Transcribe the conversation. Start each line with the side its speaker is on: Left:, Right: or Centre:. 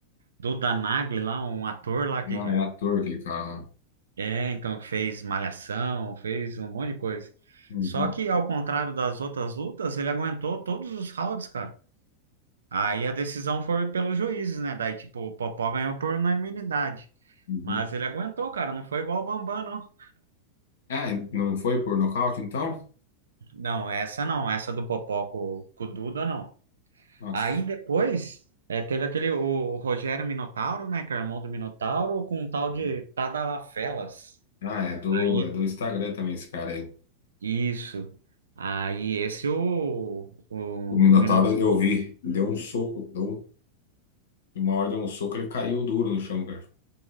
Right: Duda Nagli lá, um ator lá que
Left: Ah, é ator aquele cara lá.
Right: é, então fez Malhação, fez um monte de coisa.
Left: Uhum,
Right: Só que ao contrário das outras lutas, ele aguentou todos os rounds, cara. Aí a decisão foi pelos juízes, né? Daí tipo, o Popó ganhou por unanimidade.
Left: uhum.
Right: Mas ele aguentou, cara, não foi igual o Bambam, não.
Left: Ah, e não foi por nocaute, então?
Right: Não, essa não, essa do Popó com, com o Duda, não.
Left: Nossa.
Right: Aí depois é, teve aquele, o Rogério Minotauro, né, que é irmão do Minotauro, com um tal
Left: Uhum.
Right: de Tadalá Felas.
Left: Ah, é do,
Right: Aí
Left: é do Instagram também esse cara aí.
Right: Isso. Aí esse o, o
Left: O Minotauro
Right: Minotauro.
Left: eu vi. Deu um soco, deu um- uma hora deu um soco, ele caiu duro no chão, cara.